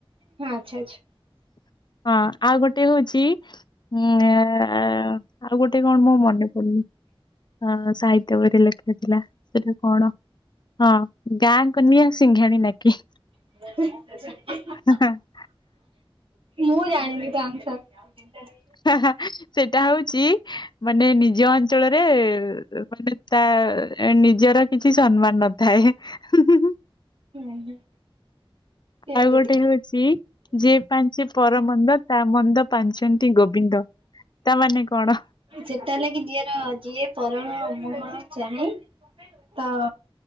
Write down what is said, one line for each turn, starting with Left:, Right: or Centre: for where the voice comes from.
Right: ହଁ, ଆଚ୍ଛା ଆଚ୍ଛା।
Left: ହଁ ଆଉ ଗୋ ଟେ ହଉଛି ଉ ଆଉ ଗୋଟେ କଣ ମୋ ମନେ ପଡୁନି। ଆ ସାହିତ୍ୟ ବହିରେ ଲେଖା ହେଇଥିଲା ସେଟା କଣ? ହଁ ଗାଁ କନିଆ ସିଂଘାଣୀ ନାକିି।
Right: <inaudible>
Left: <inaudible>
Right: ମୁଁ ଜାଣିନି ତା ଆନ୍ସର। <unintelligible>
Left: ହା ହା ସେଇଟା ହଉଛି ମାନେ ନିଜ ଅଞ୍ଚଳରେ ମାନେ ତା ଏ ନିଜର କିଛି ସମ୍ମାନ ନଥାଏ। ହୁଁ ହୁଁ।
Right: ହୁଁ ହୁଁ। ସେମିତି
Left: ଆଉ ଗୋଟେ ହଉଛି ଯେ ପାଞ୍ଚେ ପରମନ୍ଦ ତା ମନ୍ଦ ପାଞ୍ଚନ୍ତି ଗୋବିନ୍ଦ। ତା ମାନେ କଣ?
Right: ସେତା ହେଲା କି ଯିଅର ଯିଏ ପରର ଅମଙ୍ଗଳ ଚାହେଁ ତ